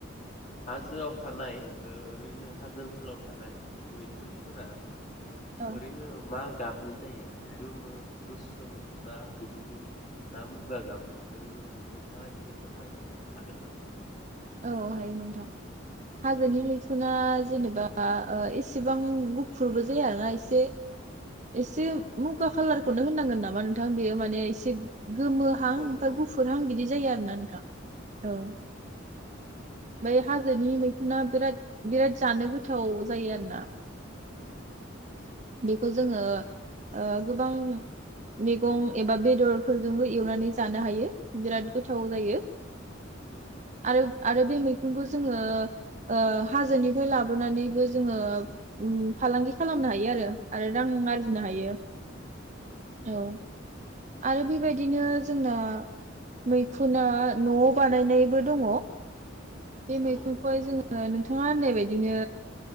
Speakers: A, on the left; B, on the right.
A: हाजोआव थानाय ओरैनो हाजो ओनसोलाव थानाय मैखुनफोरा
B: औ
A: ओरैनो मा गाबनि जायो गोमो गोसोम ना गुफुर ना मुगा गाब ओरैनो नोंथाङा एसे फोरमायनो हागोन ना
B: औ हायो नोंथां हाजोनि मैखु ना जेनेबा एसेबां गुफुरबो जायाना एसे <inaudible> एसे मा गाब खाालारखौनो होननांगोन नामा नोंथां बेयो माने एसे गोमोहां
A: औ
B: ओमफाय
A: औ
B: गुफुरहां बिदि जायो आरो <unintelligible> औ <inaudible> बै हाजोनि मै खुना बिराद बिराद जानो गोथाव जायो आरो ना। <inaudible> बेखौ जोङो ओ गोबां मैगं एबा बेदरफोरजोंबो एवनानै जानो हायो बिराद गोथाव जायो।
A: औ
B: आरो आरो बे मैखुनखौ जोङो ओ हाजोनिफ्राय लाबोनानैबो जोङो फालांगि खालामनो हायो आरो आरो रां
A: उम
B: आरजिनो हायो औ आरो बेबायदिनो जोंना मैखुना न' बानायनायबो दङ। बे मैखुनखौहाय
A: औ
B: जोङो ओ नोंथाङा होननाय बायदिनो